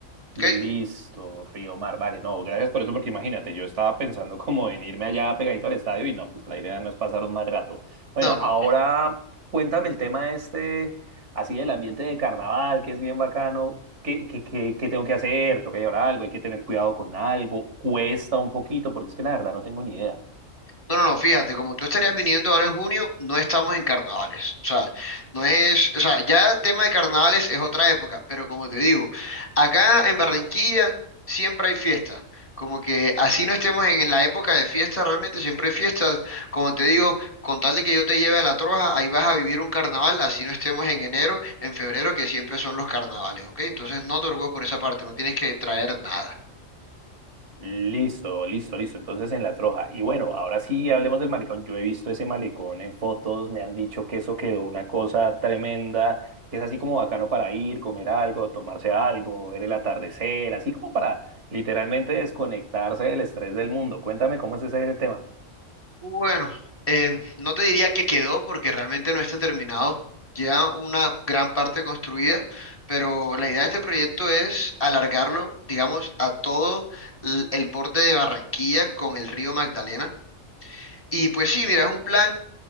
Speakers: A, on the left; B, on the right.
A: ¿Ok?
B: Listo, Río Mar, vale, no, gracias por eso, porque imagínate, yo estaba pensando <laughs> como en irme allá pegadito al estadio y no, pues la idea no es pasar un mal rato.
A: No,
B: Bueno,
A: no,
B: ahora
A: no.
B: cuéntame el tema este, así del ambiente de carnaval, que es bien bacano, ¿qué, qué, qué, qué tengo que hacer? ¿Tengo que llevar algo? ¿Hay que tener cuidado con algo? ¿Cuesta un poquito? Porque es que la verdad no tengo ni idea.
A: No, no, no, fíjate, como tú estarías viniendo ahora en junio, no estamos en carnavales. O sea, no es, o sea, ya tema de carnavales es otra época, pero como te digo, acá en Barranquilla siempre hay fiestas. Como que así no estemos en la época de fiesta, realmente siempre hay fiestas. Como te digo, con tal de que yo te lleve a La Troja, ahí vas a vivir un carnaval, así no estemos en enero, en febrero, que siempre son los carnavales, ¿ok? Entonces no te preocupes por esa parte, no tienes que traer nada.
B: Listo, listo, listo. Entonces en la Troja. Y bueno, ahora sí hablemos del malecón. Yo he visto ese malecón en fotos, me han dicho que eso quedó una cosa tremenda, que es así como bacano para ir, comer algo, tomarse algo, ver el atardecer, así como para literalmente desconectarse del estrés del mundo. Cuéntame cómo es ese tema.
A: Bueno, eh, no te diría que quedó porque realmente no está terminado. Ya una gran parte construida, pero la idea de este proyecto es alargarlo, digamos, a todo l- el, borde de Barranquilla con el río Magdalena. Y pues sí, mira, es un plan